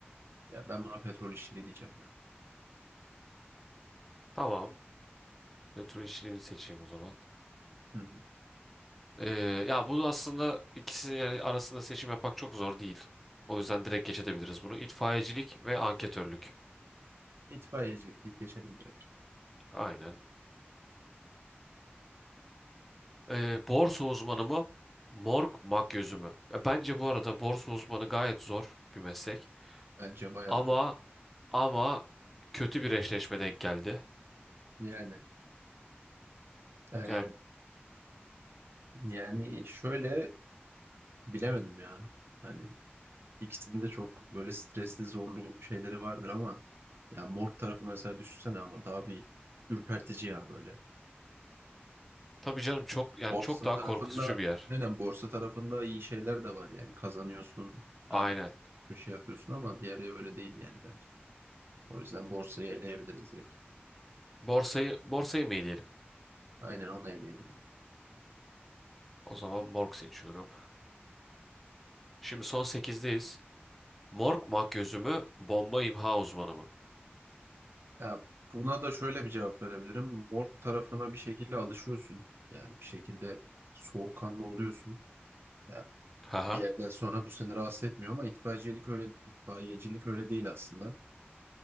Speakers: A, on the right; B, in the centre.
A: ya ben buna petrol işçiliği diyeceğim ya.
B: Tamam. Petrol işçiliğini seçeyim o zaman.
A: Hı hı.
B: Ee, ya bu aslında ikisinin yani arasında seçim yapmak çok zor değil. O yüzden direkt geç edebiliriz bunu. İtfaiyecilik ve anketörlük.
A: İtfaiyecilik deyip geçelim direkt.
B: Aynen. Ee, borsa uzmanı mı? Morg makyözü mü? Ya bence bu arada borsa uzmanı gayet zor bir meslek.
A: Bence bayağı
B: Ama
A: zor.
B: ama kötü bir eşleşme denk geldi.
A: Yani e,
B: Yani
A: yani şöyle bilemedim ya. Hani ikisinin de çok böyle stresli zorlu şeyleri vardır ama ya morg tarafı mesela düşünsene ama daha bir ürpertici ya böyle.
B: tabii canım çok yani
A: Borsa
B: çok daha
A: tarafında
B: korkutucu bir yer.
A: aynen borsa tarafında iyi şeyler de var yani kazanıyorsun,
B: Aynen.
A: analiz bir şey yapıyorsun ama diğeri öyle değil yani bence. O yüzden borsayı eleyebiliriz direkt.
B: Borsayı borsayı mı eleyelim?
A: Aynen onu eleyelim. yani.
B: O zaman morg seçiyorum. Şimdi son sekizdeyiz. Morg makyözü mü? Bomba imha uzmanı mı?
A: Ya buna da şöyle bir cevap verebilirim. Borsa tarafına bir şekilde alışıyorsun. Yani bir şekilde soğukkanlı oluyorsun. Ya
B: Haha.
A: bir yerden sonra bu seni rahatsız etmiyor ama itfaiyecilik öyle itfaiyecilik öyle değil aslında.